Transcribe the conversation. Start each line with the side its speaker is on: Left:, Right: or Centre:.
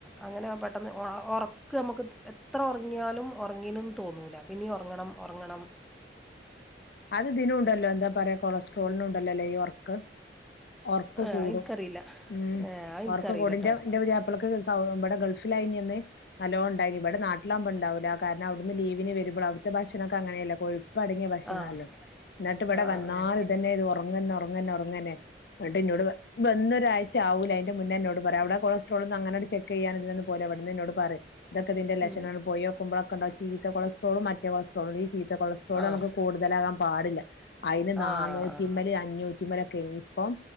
Centre: അങ്ങനെ പെട്ടെന്ന് ഒറക്ക് ഞമ്മക്ക് എത്ര ഒറങ്ങിയാലും ഒറങ്ങീന്ന് തോന്നൂല്ല പിന്നീം ഒർങ്ങണം ഒർങ്ങണം
Left: അത് ഇതിനൂണ്ടലൊ എന്ത പറയ കൊളസ്ട്രോളിനു ഉണ്ടലലെ ഈ ഒർക്ക് ഒർക്ക്
Centre: ആഹ്
Left: കൂടും
Centre: എനിക്കറിയില്ല
Left: ഉം
Centre: ഏഹ് അത് എനിക്കറിയില്ലട്ടോ
Left: ഒർക്ക് കൂടും ഇന്റ ഇന്റ പുത്യാപ്പ്ളക്ക് തവ് ഇവടെ ഗൾഫിലായ്നന്ന് തലോ ഇണ്ടായ്ന് ഇവടെ നാട്ട്ലാവ്മ്പണ്ടാവൂല കാര്ണം അവിടുന്ന് ലീവിന് വരുമ്പ അവ്ട്ത്ത ഭക്ഷണൊക്ക അങ്ങനല്ല കൊഴ്പ്പ് അടങ്ങിയ ഭക്ഷണം ഇന്നിട്ട്
Centre: ആഹ്
Left: ഇവടെ
Centre: ആഹ് ആഹ്
Left: വന്നാലും
Centre: ആഹ്
Left: ഇതന്നെ ഇത് ഒർങ്ങന്നെ ഒർങ്ങന്നെ ഒർങ്ങന്നെ എന്ന്ട്ട് ഇന്നോട് വന്നൊരാഴ്ച ആവൂല അയിന്റെ മുന്നെ ഇന്നോട് പറിം അവടെ കൊളസ്ട്രോളൊന്നും അങ്ങനട് ചെക്കീയ്യാന ഇതിനൊന്നു പോവൂല ഇവ്ട്ന്ന് ഇന്നോട് പറിം ഇതൊക്ക ഇതിന്റെ ലക്ഷണ
Centre: ഉം
Left: പോയോക്കമ്പ്ള ഒക്കണ്ടാവും ചീത്ത കൊളസ്ട്രോളും മറ്റെ കൊളസ്ട്രോളും ഈ ചീത്ത കൊളസ്ട്രോള്
Centre: ആഹ്
Left: ഞമ്മക്ക് കൂടുതലാകാൻ പാടില്ല അതിന് നാന്നൂറ്റി
Centre: ആഹ്
Left: മേല് അഞ്ഞൂറ്റി റ്റിമേലൊക്കെ ഇപ്പം